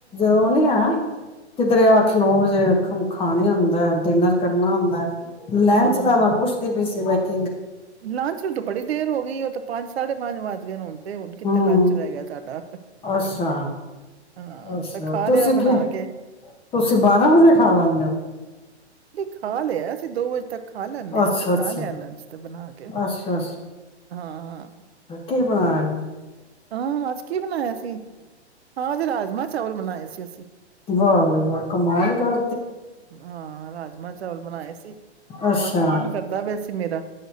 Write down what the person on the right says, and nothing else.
ਹਾਂ
ਲੰਚ ਨੂੰ ਤਾਂ ਬੜੀ ਦੇਰ ਹੋ ਗਈ ਉਹ ਤਾਂ ਪੰਜ ਸਾਢੇ ਪੰਜ ਵੱਜ ਗਏ ਨੇ ਹੁਣ ਤੇ ਹੁਣ ਕਿਥੇ
ਲੰਚ ਰਹਿ ਗਿਆ ਸਾਡਾ
ਹਾਂ
ਤੇ ਖਾ
ਲਿਆ ਬਣਾ
ਕੇ।
ਨਹੀਂ ਖਾ ਲਿਆ ਅਸੀਂ ਦੋ ਵਜੇ ਤੱਕ ਖਾ ਲੈਂਦੇ
ਹਾਂ, ਅਸੀਂ
ਖਾ ਲਿਆ ਲੰਚ ਤੇ ਬਣਾ ਕੇ
ਹਾਂ-ਹਾਂ।
ਹਾਂ ਅੱਜ ਕੀ ਬਣਾਇਆ ਸੀ ਹਾਂ ਅੱਜ ਰਾਜਮਾਂ ਚਾਵਲ ਬਣਾਏ ਜੀ ਅੱਸੀਂ
ਹਾਂ ਰਾਜਮਾਂ ਚਾਵਲ ਬਣਾਏ ਸੀ
ਬਸ ਮਨ ਕਰਦਾ ਪਿਆ ਸੀ ਮੇਰਾ